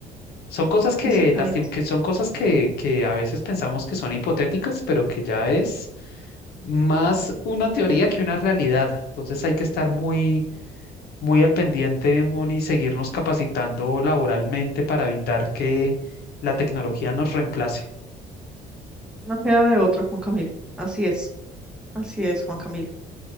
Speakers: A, on the left (about 70°); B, in the centre.
A: Son cosas que,
B: exactamente.
A: lastim- que son cosas que, que a veces pensamos que son hipotéticas, pero que ya es más una teoría que una realidad. Entonces hay que estar muy muy al pendiente, Moni, seguirnos capacitando laboralmente para evitar que la tecnología nos reemplace.
B: No queda de otra, Juan Camilo. Así es, así es, Juan Camilo.